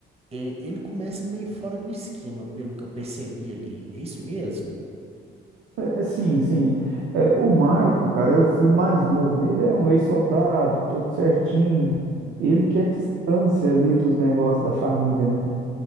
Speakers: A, on the right (about 30°); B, on the right (about 70°).
A: E- Ele começa meio fora do esquema, pelo que eu percebi ali. É isso mesmo?
B: É, sim, sim. É, o Marco, cara, é o filho mais novo, né? Ele é um ex-soldado, todo certinho.
A: Uhum.
B: Ele quer distância ali dos negócios da família, né?